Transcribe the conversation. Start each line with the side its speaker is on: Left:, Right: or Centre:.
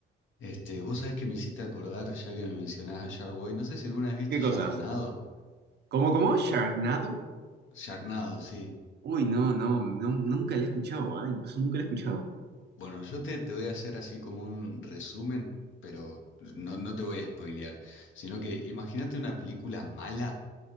Left: Este, vos sabés que me hiciste acordar, ya que me mencionás a Sharkboy, no sé si alguna vez viste
Right: ¿Qué cosa?
Left: Sharknado.
Right: ¿Cómo, cómo? ¿Sharknado?
Left: Sharknado, sí.
Right: Uy, no, no, no, nunca la he escuchado, ¿ah? Incluso nunca la he escuchado.
Left: Bueno, yo te, te voy a hacer así como un resumen, pero no, no te voy a spoilear, sino que imagínate una película mala,